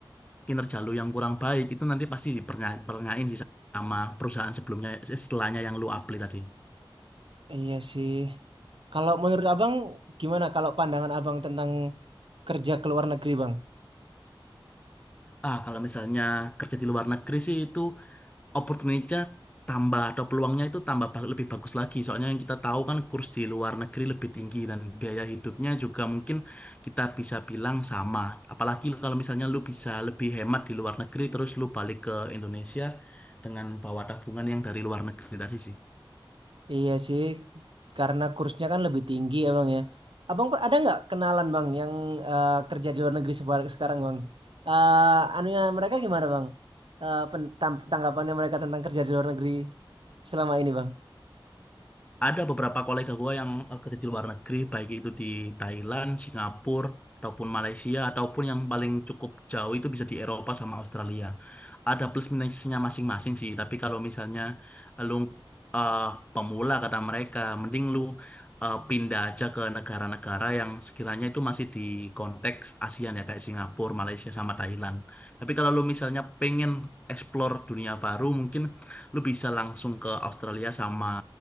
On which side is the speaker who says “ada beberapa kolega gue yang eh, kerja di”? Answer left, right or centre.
Left